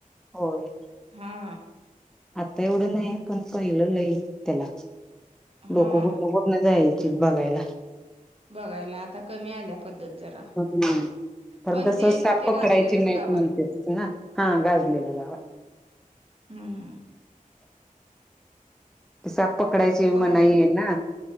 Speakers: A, in the centre; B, on the right.
A: होय.
B: हा.
A: आता एवढं नाही. पण पहिलं लई त्याला.
B: हा
A: लोक कुठन कुठ जायचीत बघायला.
B: बघायला. आता कमी आल्या पद्धत. जरा
A: ह <inaudible> कारण
B: पण
A: कस
B: ते
A: साप
B: ते
A: पकडायची
B: गाजलेलंच
A: नाहीत
B: गाव
A: म्हणतेत
B: आहे
A: न हा गाजलेलं गावये.
B: हम्म हम्म.
A: साप पकडायची
B: पकडाय
A: मनाईये ना.